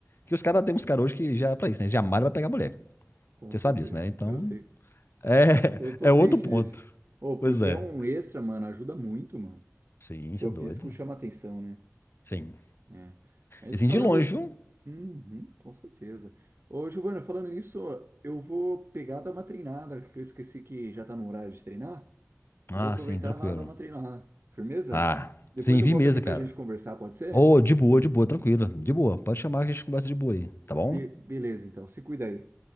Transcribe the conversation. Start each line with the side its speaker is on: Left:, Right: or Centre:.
Left: Que os caras, tem uns caras hoje que já é pra isso, né? Já malha pra pegar mulher.
Right: Com
Left: Você
Right: certeza.
Left: sabe disso, né? Então,
Right: Eu sei.
Left: é,
Right: Tô,
Left: <laughs>
Right: tô
Left: é
Right: ciente
Left: outro ponto.
Right: disso. Ô,
Left: Pois
Right: porque
Left: é.
Right: é um extra, mano. Ajuda muito, mano.
Left: Sim,
Right: Seu
Left: isso é doido.
Right: físico chama atenção, né?
Left: Sim.
Right: É. Mas
Left: E assim,
Right: falando.
Left: de longe, viu?
Right: Uhum, com certeza. Ô, Giovana, falando nisso, eu vou pegar dar uma treinada, que eu esqueci que já tá no horário de treinar.
Left: Ah,
Right: Eu vou aproveitar
Left: sim, tranquilo.
Right: lá e dar uma treinada. Firmeza?
Left: Ah,
Right: Depois
Left: sim,
Right: eu
Left: vi
Right: volto
Left: mesa,
Right: aqui pra
Left: cara.
Right: gente conversar, pode ser?
Left: Ô, de boa, de boa, tranquilo. De boa. Pode chamar que a gente conversa de boa aí, tá bom?
Right: Be- beleza, então. Se cuida aí,